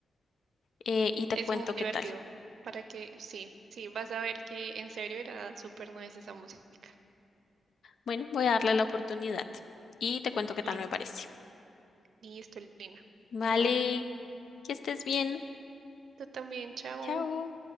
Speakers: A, on the left; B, on the right.
A: eh, y te
B: Es
A: cuento
B: muy
A: qué
B: divertido.
A: tal.
B: Para que, sí, sí, vas a ver que en serio era súper nice esa música.
A: Bueno, voy a darle la oportunidad y te cuento qué tal
B: Listo,
A: me parece.
B: listo, Lina,
A: Vale,
B: de una.
A: que estés bien.
B: Tú también, chao.
A: Chao.